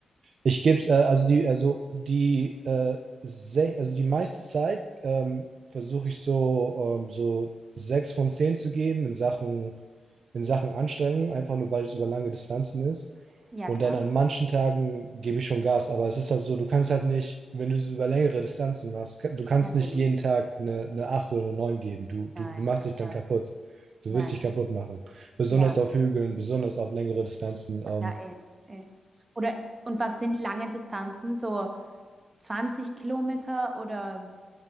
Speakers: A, on the right; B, on the right.
A: Ich gebe es, äh, also die, also die, äh, sech, also die meiste Zeit ähm, versuche ich so, ähm, so sechs von zehn zu geben in Sachen, in Sachen Anstrengung, einfach nur weil es über lange Distanzen ist.
B: ja
A: Und
B: klar,
A: dann an manchen Tagen gebe ich schon Gas, aber es ist halt so, du kannst halt nicht, wenn du es über längere Distanzen machst, ka- du kannst
B: natürlich.
A: nicht jeden Tag eine, eine 8 oder eine 9 geben. Du, du,
B: Nein,
A: du machst
B: auf jeden
A: dich dann
B: Fall.
A: kaputt. Du
B: nein.
A: wirst dich kaputt machen. Besonders
B: Ja,
A: auf Hügeln, besonders auf längere Distanzen. Ähm,
B: ja, eh, eh. Oder und was sind lange Distanzen? So 20 Kilometer oder